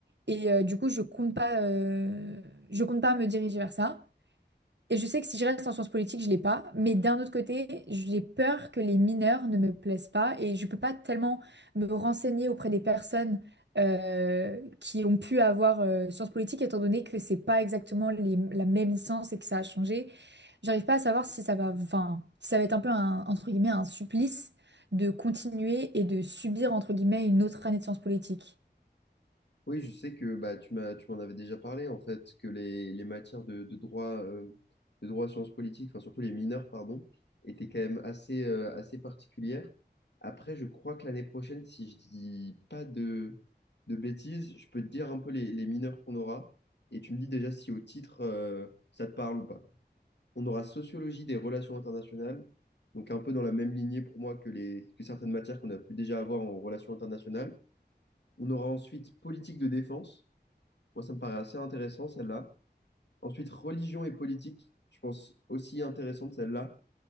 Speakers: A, on the right; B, on the left.
A: et euh, du coup, je compte pas, euh, je compte pas me diriger vers ça. Et je sais que si je reste en sciences politiques, je l'ai pas. Mais d'un autre côté, j'ai peur que les mineurs ne me plaisent pas et je peux pas tellement me renseigner auprès des personnes euh, qui ont pu avoir euh, sciences politiques, étant donné que c'est pas exactement les- la même licence et que ça a changé. J'arrive pas à savoir si ça va, enfin, si ça va être un peu un, entre guillemets, un supplice de continuer et de subir, entre guillemets, une autre année de sciences politiques.
B: Oui, je sais que bah, tu m'as, tu m'en avais déjà parlé, en fait, que les, les matières de, de droit, euh, de droit sciences politiques, enfin surtout les mineurs, pardon, étaient quand même assez, euh, assez particulières. Après, je crois que l'année prochaine, si je dis pas de, de bêtises, je peux te dire un peu les, les mineurs qu'on aura, et tu me dis déjà si au titre, euh, ça te parle ou pas. On aura sociologie des relations internationales, donc un peu dans la même lignée pour moi que les, que certaines matières qu'on a pu déjà avoir en relations internationales. On aura ensuite politique de défense. Moi, ça me paraît assez intéressant, celle-là. Ensuite, religion et politique, je pense aussi intéressante, celle-là.